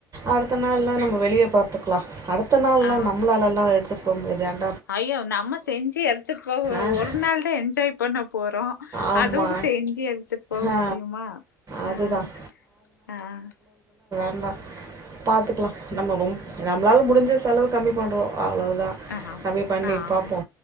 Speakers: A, on the right; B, on the left.
A: அடுத்த நாள் தா நம்ம வெளிய பாத்துக்கலா அடுத்த நாள்லா
B: ஆ
A: நம்மளால எடுத்து <unintelligible>
B: ஐயோ நம்ம செஞ்சு எடுத்துட்டு போக
A: ஆ
B: ஒரு நாள் தா என்ஜாய் பண்ண போறோ
A: ஆமா
B: அதுவு செஞ்சு எடுத்துட்டு போக
A: ஆ
B: முடியுமா
A: அதுதான்
B: ஆஹ் ஆஹ்
A: ஹ பாத்துக்கலா நம்ம ரொம் நம்மளால முடிஞ்ச செலவு கம்மி பண்றோ அவ்வளோ தா
B: ஆ
A: கம்மி பண்ணி
B: ஆமா
A: பாப்போ